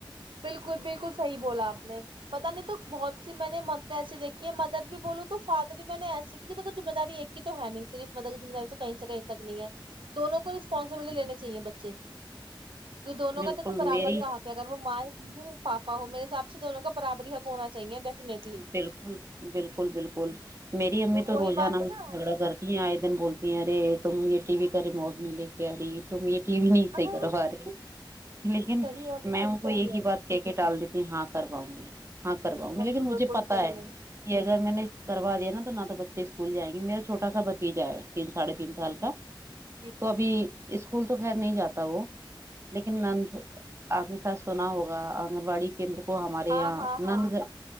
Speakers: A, on the right; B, on the right.
A: بالکل بالکل صحیح بولا آپ نے پتا نہیں تو بہت ج میں نے مدر ایسی دیکھی ہے مدر بھی بولوں تو فادر بھی میں نے ایسی کیک دیک ذمہ داری ایک کی تو ہے نہیں صرف مدر کی ذمہ داری تو کہیں سے کہیں تک نہیں ہے دونوں کو ریسپانسبلٹی لیین چاہے بچے کی یہ دونوں
B: بالکل
A: کا دیکھو برابر
B: میری
A: کہاق ہے اگر وہ مائ جی پاپا ہو میرے حساب سے دونوں کا برابری حق ہونا چاہیے ڈیفینیٹلی
B: بالکل بالکل بالکل میری امی تو
A: وہی
B: روزانہ
A: بات ہے
B: مس
A: نا
B: سے جھگڑا کرتی ہیں آئے بولتی ہیں ارے تم یہ ٹی وی کا ریموڈ نہیں لے کے آ رہی تم یہ ٹی نہیں
A: ہاں
B: صح کروا رہے لیکن
A: صحیح ہے بالکل
B: می ان کو
A: صحیح
B: ایک ہی
A: ہے
B: بات کہ کے ٹال دیتی ہاں کرواؤں گی ہاں کراؤ گے
A: نہیں
B: لیکن مھے
A: بالکل
B: پتا
A: صحیح
B: ہے کہ اگر میں نے کروا دیا نا تو نہ تو بچے اسکول جائ گے میرا چھوٹا سا بتیجا ہے تین ساھے تین سال کا
A: جی
B: تو ابھی اسکول تو خیر نہیں جاتا وہ لیکن نند
A: جی جی
B: آپ نے ساتھ سنا ہوگا آپ آن وای کیندر کو ہمارےاں
A: ہاں ہاں ہاں
B: نند گ